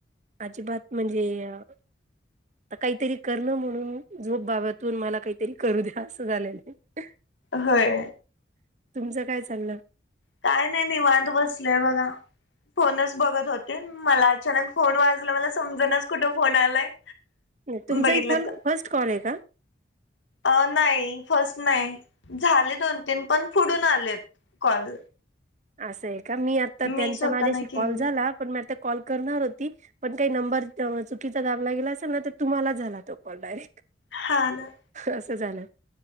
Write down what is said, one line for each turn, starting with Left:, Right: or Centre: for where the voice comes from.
Right: अजिबात म्हणजे आता काहीतरी करणं म्हणून झोप बाबा तून मला काहीतरी करू द्या. असं झालेलं आहे.
Left: होय.
Right: तुमचं काय चाललं?
Left: काय नाही निवांत बसले आहे बघा. फोनच बघत होते. मला अचानक फोन वाजला. मला समजनाच कुठं फोन आलाय.
Right: तुमचंय
Left: बघितलं
Right: फोन
Left: तर
Right: फर्स्ट कॉल आहे का?
Left: अ नाही फर्स्ट नाही. झाले दोन तीन पण पुढून आलेत कॉल.
Right: असं आहे का? मी आता त्यांचा
Left: मी स्वतः
Right: माझ्याशी
Left: नाही केलेला
Right: कॉल झाला. पण मी आता कॉल करणार होती. पण काही नंबर चुकीचा दाबला गेला असेल ना, तर तुम्हाला झाला तो कॉल डायरेक्ट.
Left: हा न,
Right: असं झालं.